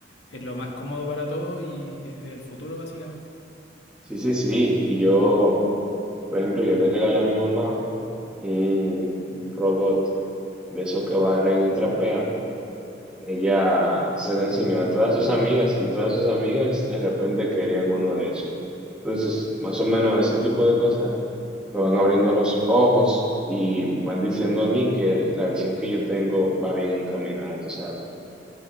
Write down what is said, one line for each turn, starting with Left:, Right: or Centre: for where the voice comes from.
Left: Es lo más cómodo para todos y es el futuro, básicamente.
Centre: Sí, sí, sí. Y yo, por ejemplo, yo le regalé a mi mamá un, un robot de esos que barren y trapean. Ella se lo enseñó a todas sus amigas y todas sus amigas de repente querían uno de esos. Entonces, más o menos ese tipo de cosas me van abriendo los ojos y me van diciendo a mí que la visión que yo tengo va bien encaminada, tú sabes.